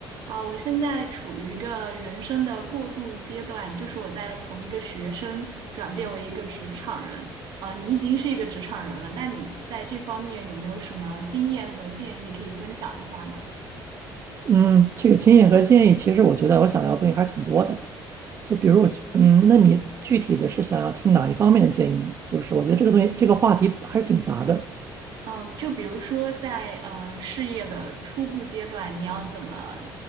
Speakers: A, on the right; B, on the right.
A: 啊，我现在处于一个人生的过渡阶段，就是我在从一个学生转变为一个职场人。啊，你已经是一个职场人了，那你在这方面有没有什么经验和建议可以分享一下呢？
B: 嗯，这个经验和建议，其实我觉得我想聊的东西还是挺多的。就比如我，嗯，那你具体的是想要听哪一方面的建议呢？就是我觉得这个东西，这个话题还是挺杂的。
A: 嗯、就比如说在呃事业的初步阶段，你要怎么